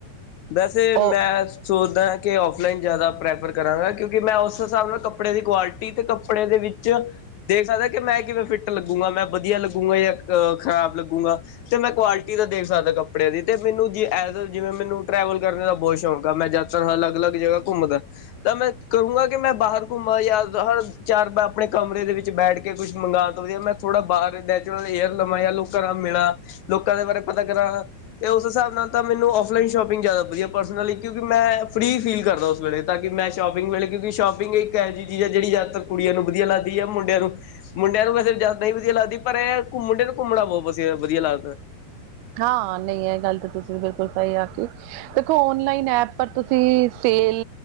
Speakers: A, on the left; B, on the right.
A: ਵੈਸੇ
B: ਉਹ
A: ਮੈਂ ਸੋਚਦਾ ਹਾਂ ਕਿ ਔਫਲਾਈਨ ਜ਼ਿਆਦਾ ਪ੍ਰੈਫਰ ਕਰਾਂਗਾ, ਕਿਉਂਕਿ ਮੈਂ ਉਸ ਹਿਸਾਬ ਨਾਲ ਕੱਪੜੇ ਦੀ ਕੁਆਲਿਟੀ ਤੇ ਕੱਪੜੇ ਦੇ ਵਿੱਚ ਦੇਖ ਸਕਦਾ ਕਿ ਮੈਂ ਕਿਵੇਂ ਫਿੱਟ ਲੱਗੂਗਾ, ਮੈਂ ਵਧੀਆ ਲੱਗੂਗਾ ਜਾਂ ਖਰਾਬ ਲੱਗੂਗਾ, ਤੇ ਮੈਂ ਕੁਆਲਿਟੀ ਦਾ ਦੇਖ ਸਕਦਾ ਕੱ ਕੱਪੜਿਆਂ ਦੀ, ਤੇ ਮੈਨੂੰ ਜ ਜਿਵੇਂ ਮੈਨੂੰ ਟਰੈਵਲ ਕਰਨ ਦਾ ਬਹੁਤ ਸ਼ੌਕ ਆ ਮੈਂ ਯਾਤਰ ਅਲੱਗ -ਅਲੱਗ ਜਗ੍ਹਾ ਘੁੰਮਦਾ ਤਾਂ ਮੈਂ ਕਹੂੰਗਾ ਕਿ ਮੈਂ ਬਾਹਰ ਘੁੰਮਾਂ ਜਾਂ ਹਰ ਚਾਰ ਆਪਣੇ ਕਮਰੇ ਦੇ ਵਿੱਚ ਬੈਠ ਕੇ ਕੁਛ ਮੰਗਉਣ ਤੋਂ ਵਧੀਆ, ਮੈਂ ਥੋੜਾ ਬਾਹਰ ਨੈਚੁਰਲ ਏਅਰ ਲਵਾਂ ਜਾਂ ਲੋਕਾਂ ਨਾਲ ਮਿਲਾਂ ਲੋਕਾਂ ਦੇ ਬਾਰੇ ਪਤਾ ਕਰਾਂ ਤੇ ਉਸ ਹਿਸਾਬ ਨਾਲ ਤਾਂ ਮੈਨੂੰ ਔਫਲਾਈਨ ਸ਼ੋਪਿੰਗ ਜ਼ਿਆਦਾ ਵਧੀਆ ਪਰਸਨਲੀ, ਕਿਉਂਕਿ ਮੈਂ ਫ੍ਰਰੀ ਫੀਲ ਕਰਦਾ ਉਸ ਵੇਲੇ ਤਾਂ ਕਿ ਮੈਂ ਸ਼ੋਪਿੰਗ ਵੇਲੇ, ਕਿਉਂਕਿ ਸ਼ਾਪਿੰਗ ਇੱਕ ਇਹੋ ਜਿਹੀ ਚੀਜ਼ ਹੈ ਜਿਹੜੀ ਜਿਆਦਾਤਰ ਕੁੜੀਆਂ ਨੂੰ ਵਧੀਆ ਲੱਗਦੀ ਹੈ ਮੁੰਡਿਆਂ ਨੂੰ ਮੁੰਡਿਆਂ ਨੂੰ ਵੈਸੇ ਜਿਆਦਾ ਨਹੀਂ ਵਧੀਆ ਲੱਗਦੀ, ਪਰ ਇਹ ਮੁੰਡਿਆਂ ਨੂੰ ਘੁੰਮਣਾ ਬਹੁਤ ਵਧੀਆ, ਵਧੀਆ ਲੱਗਦਾ
B: ਹਾਂ, ਨਹੀਂ ਇਹ ਗੱਲ ਤਾਂ ਤੁਸੀਂ ਬਿਲਕੁਲ ਸਹੀ ਆਖੀ ਦੇਖੋ ਔਨਲਾਈਨ ਐਪ ਪਰ ਤੁਸੀਂ ਸੇਲ